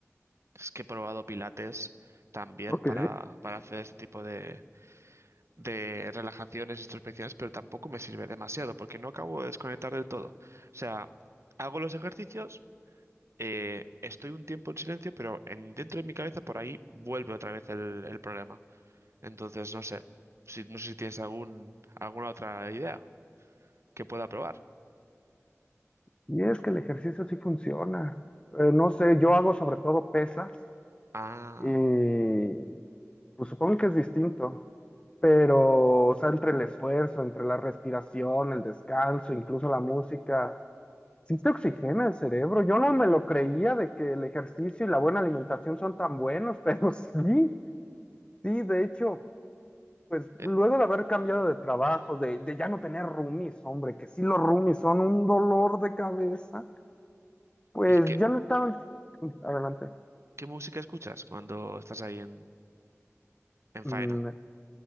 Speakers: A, on the right; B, on the left.
A: Es que he probado pilates también
B: Ok.
A: para, para hacer este tipo de de relajaciones, introspecciones, pero tampoco me sirve demasiado porque no acabo de desconectar del todo. O sea, hago los ejercicios, eh, estoy un tiempo en silencio, pero en, dentro de mi cabeza por ahí vuelve otra vez el, el problema. Entonces, no sé, si, no sé si tienes algún, alguna otra idea que pueda probar.
B: Y es que el ejercicio sí funciona. Eh, no sé, yo hago sobre todo pesas
A: Ah,
B: y pues supongo que es distinto, pero o sea, entre el esfuerzo, entre la respiración, el descanso, incluso la música, sí te oxigena el cerebro. Yo no me lo creía de que el ejercicio y la buena alimentación son tan buenos, <laughs> pero sí, sí, de hecho, pues
A: eh,
B: luego de haber cambiado de trabajo, de, de ya no tener roomies, hombre, que sí los roomies son un dolor de cabeza. Pues
A: ¿y qué,
B: ya no estaban. Adelante.
A: qué música escuchas cuando estás ahí en, en
B: Mm,
A: faena?